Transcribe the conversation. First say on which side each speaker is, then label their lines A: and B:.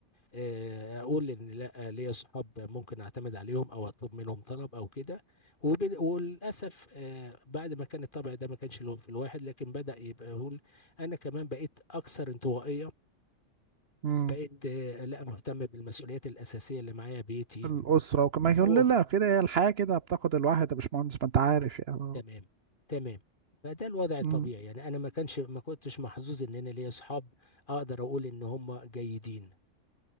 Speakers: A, on the left; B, on the right.
A: آه، أقول إن لا ليا صحاب ممكن أعتمد عليهم أو أطلب منهم طلب أو كده وبال- وللأسف آه، بعد ما كان الطبع ده ما كانش له في الواحد لكن بدأ يبقى يقول انا كمان بقيت اكثر انطوائيه
B: امم
A: بقيت آه، لا مهتم بالمسؤوليات الأساسية اللي معايا بيتي
B: الأسرة وكمان يقول
A: هو
B: لي
A: خ-
B: لا كده هي الحياة كده بتاخد الواحد يا باشمهندس ما أنت عارف يعني
A: تمام تمام فده الوضع الطبيعي
B: م-
A: يعني أنا ما كانش ما كنتش محظوظ إن أنا ليا أصحاب أقدر أقول إن هم جيدين